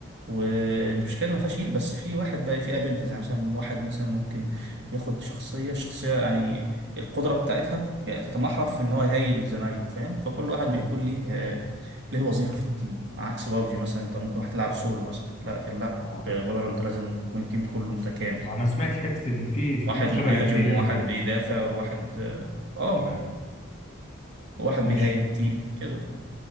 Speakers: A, on the right; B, on the left.
A: والمشكله ما فيهاش هيل بس في واحد بقى في ابيلتيز يعني مثلا واحد مثلا ممكن ياخد شخصيه الشخصيه يعني القدره بتاعتها يعني تتمحور في ان هو يهيل زمايله فاهم فكل واحد
B: حلو
A: بيكون ليه آه، ليه وظيفه في التيم عكس بابجي مثلا انت ممكن واحد تلعب سولو مثلا لكن لا
B: اه
A: في فالورانت لازم يكون التيم كله متكامل
B: انا سمعت حته ان في
A: واحد
B: مود شبه
A: مهاجم
B: التي دي
A: وواحد
B: ام كده
A: بيدافع وواحد اه آه،
B: تمام
A: وواحد
B: ماشي
A: بيهيل التيم كده